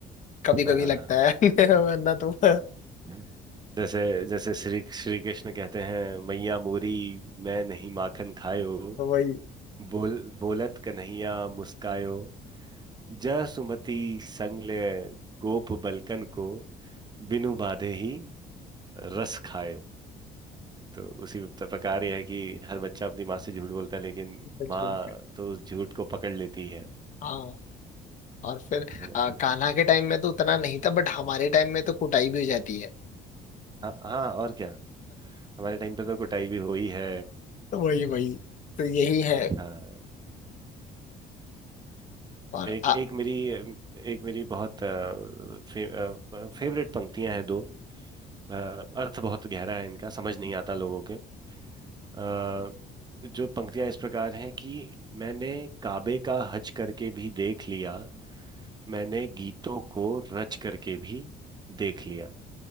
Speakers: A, on the left; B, on the right.
A: कभी कभी
B: हाँ हाँ
A: लगता है <laughs> वरना तो <laughs>
B: हाँ <laughs> जैसे जैसे श्री श्री कृष्ण कहते हैं मैया मोरी मैं नहीं माखन खायो
A: वही
B: बोल बोलत कन्हैया मुस्कायो जा सुमति संग ले गोप बलकन को बिनु बाधे ही रस खायो तो उसी प्रकार यह है कि हर बच्चा अपनी माँ से झूठ बोलता है लेकिन
A: बिल्कुल
B: माँ
A: बिल्कुल।
B: तो उस झूठ को पकड़ लेती है
A: हाँ और फिर
B: है ना
A: आ, कान्हा के टाइम में तो उतना नहीं था बट हमारे टाइम में तो कुटाई भी हो जाती है
B: हाँ हाँ और क्या हमारे टाइम पे तो कुटाई भी हुई है
A: तो वही वही तो यही है
B: हाँ
A: और
B: एक
A: आ,
B: एक मेरी एक मेरी बहुत अ, फे, अ, फेवरेट पंक्तियां हैं दो अ, अर्थ बहुत गहरा है इनका समझ नहीं आता लोगों के अ, जो पंक्तियां इस प्रकार हैं कि मैंने काबे का हज करके भी देख लिया मैंने गीतों को रच करके भी देख लिया